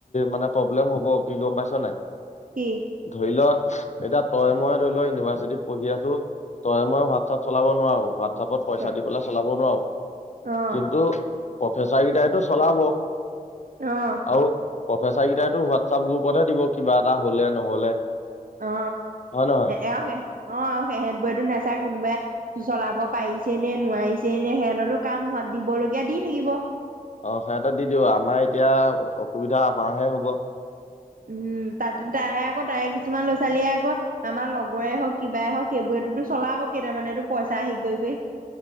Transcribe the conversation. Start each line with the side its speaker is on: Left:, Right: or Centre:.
Left: মানে প্ৰব্লেম হ'ব কি গম পাইছ নাই?
Right: কি?
Left: ধৰি ল এতিয়া তই মই ধৰি ল ইউনিভাৰ্চিটিত পঢ়ি আছো। তই মই হোৱাটছআপ চলাব নোৱাৰোৱা। হিচাপত পইচা
Right: অ
Left: দি পেলাই চলাব নোৱাৰো।
Right: অ
Left: কিন্তু প্ৰফেচাৰ কেইটাইতো চলাব।
Right: অ'।
Left: আৰু প্ৰফেচাৰ কেইটাইো হোৱাটছাপ গ্ৰুপতহে দিব কিবা এটা হ'লে নহ'লে।
Right: অ',
Left: হয় নহয়
Right: অ', অ', সেহেঁত বোৰেতো নাচায় কোনোবাই চলাব পাৰিছে নে নোৱাৰিছেই নে সিহঁতো কাম দিবলগীয়া দি থাকিব।
Left: অ', সিহঁতে দি দিব আমাৰ এতিয়া অসুবিধা আমাৰ হে হ'ব।
Right: উম, তাতে তাৰে আকৌ তাৰে কিছুমান ল'ৰা ছোৱালীয়ে আকৌ আমাৰ লগ বৰে হওঁক কিবাই হওঁক সেইবোৰেতো চলাব কেইটা মানেতো পইচা হেৰি কৰি কৰি।